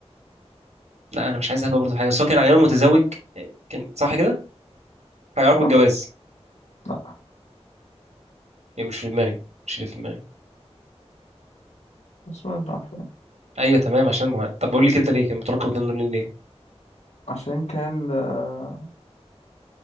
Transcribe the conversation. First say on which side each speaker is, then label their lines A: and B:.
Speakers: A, on the right (about 85°); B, on the left (about 85°).
A: لا أنا مش عايز أهبها برضه في حاجة بس هو كان على متزوج كان صح كده؟ حاجة علاقة
B: لا
A: بالجواز
B: لا
A: يعني مش في دماغي مش اللي في دماغي
B: اسماء بن عفان
A: أيوه تمام عشان ما... طب بقول لك أنت ليه كان متلقب بالنور ليه؟
B: عشان كان آه،